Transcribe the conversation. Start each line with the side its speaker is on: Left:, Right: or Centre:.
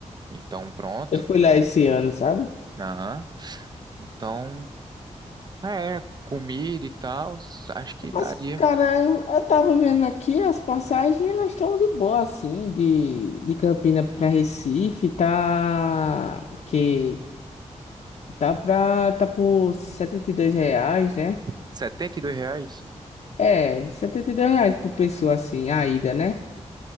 Right: Então pronto.
Left: Eu fui lá esse ano, sabe?
Right: Aham. Então, é, comida e tal, acho que daria.
Left: Mas, cara, eu tava vendo aqui as passagens, elas estão de boa, assim, de, de Campina pra Recife, tá. Que tá pra. Tá por 72 reais, né?
Right: setenta e dois reais.
Left: É, R$ 72 reais por pessoa assim, a ida, né?